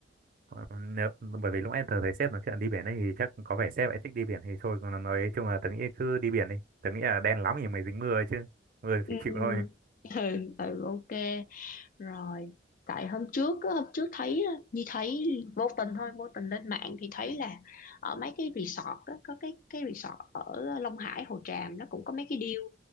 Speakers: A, on the right; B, on the left.
A: Ờ, nếu bởi vì lúc nãy tớ thấy sếp nói chuyện đi biển ấy thì chắc có vẻ sếp ấy thích đi biển thì thôi còn nói chung là tớ nghĩ cứ đi biển đi tớ nghĩ là đen lắm thì mới dính mưa ấy chứ mưa thì
B: ừ,
A: phải chịu thôi
B: ừ, ừ ok rồi tại hôm trước á, hôm trước thấy á, như thấy vô tình thôi vô tình lên mạng thì thấy là ở mấy cái resort á, có cái cái resort ở Long Hải Hồ Tràm nó cũng có mấy cái deal